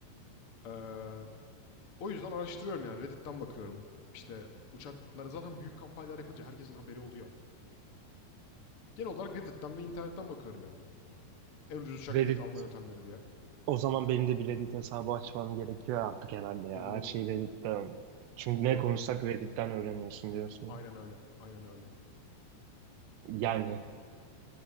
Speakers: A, on the left; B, on the right.
A: Ee, o yüzden araştırıyorum yani Reddit'ten bakıyorum. İşte uçaklara zaten büyük kampanyalar yapınca herkesin haberi oluyor. Genel olarak Reddit'ten ve internetten bakıyorum yani. En ucuz uçak
B: Reddit
A: bileti alma yöntemleri diye.
B: o zaman benim de bir Reddit hesabı açmam gerekiyor artık herhalde ya.
A: Olur olur.
B: Her şeyi Reddit'ten. Çünkü
A: Doğru.
B: ne konuşsak Reddit'ten öğreniyorsun diyorsun.
A: Aynen öyle. Aynen öyle.
B: Yani